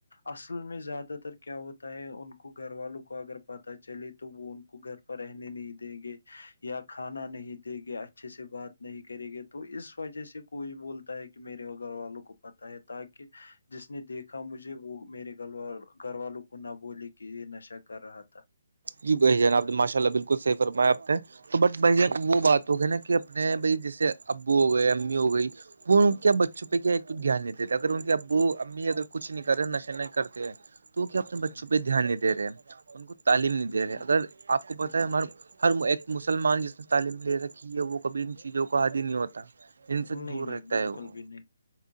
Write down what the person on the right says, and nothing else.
جی بھی جناب ماشاء اللہ بالکل صحی فرمایا آپ نے تو بٹ بھ یہ وہ بات ہو گی نا کہ اپنے بھائی جیسے ابو ہو گئے امی ہو گئی وہ کیا بچوں پہ کیا دھیان دیتے تھے اگر ان کے ابو امی اگر کچھ نہیں کر رہے نشے نہیں کرتے تو کیا اپنے بچوں
پہ دھیان نہیں دے رہے ہیں ان کو تعلیم نہیں دے
رہے اگر آپ کو پت
ہے ہمار ہر ایک مسلمان جس نے تعلیم لے رکھی ہے وہ کبھی ان چیزوں کو حادی نہیں ہوتا ان سے
دور
رہتا
ہے وہ